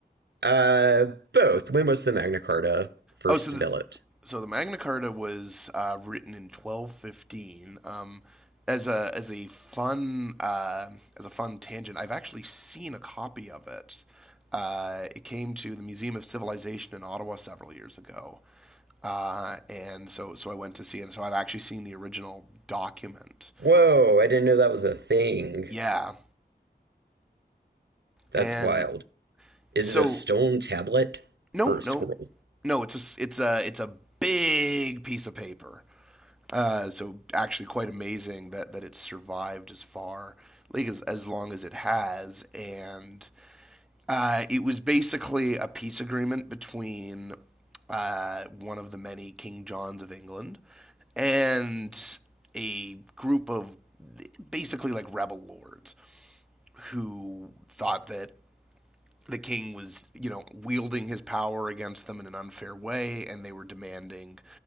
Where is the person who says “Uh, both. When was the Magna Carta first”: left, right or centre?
Right